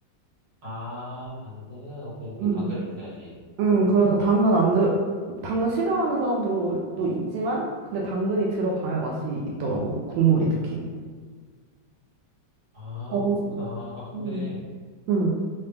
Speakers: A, on the right (about 55°); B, on the right (about 80°).
A: 아, 당근. 오케이, 오케이.
B: 음.
A: 당근 있어야지.
B: 음, 그래서 당근 안 들, 당근 싫어하는 사람들도 있지만, 근데 당근이 들어가야 맛이 있더라고. 국물이 특히.
A: 아,
B: 어,
A: 그렇구나. 아, 근데,
B: 음. 음,